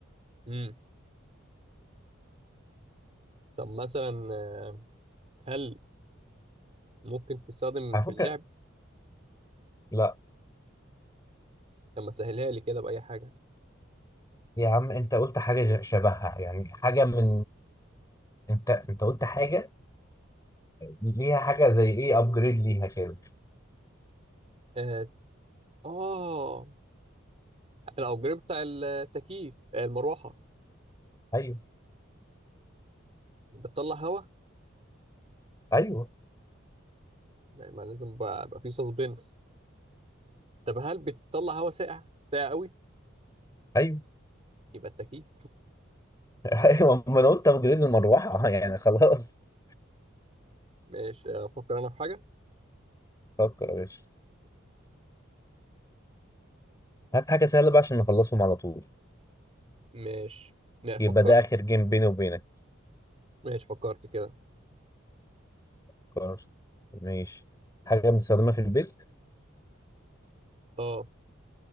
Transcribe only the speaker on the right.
مم. طب مثلا آه، هل ممكن تستخدم
في
اللعب
طب ما سهلها لي كده بأي حاجة
آه آه، الأوبجريد بتاع التكييف آه، المروحة
بتطلع هوا
ما ما لازم بقى, بقى فيه سسبنس طب هل بتطلع هوا ساقع ساقع قوي
يبقى التكييف
<laughs>
ماشي أفكر أنا في حاجة
ماشي لا فكرت
ماشي فكرت كده
آه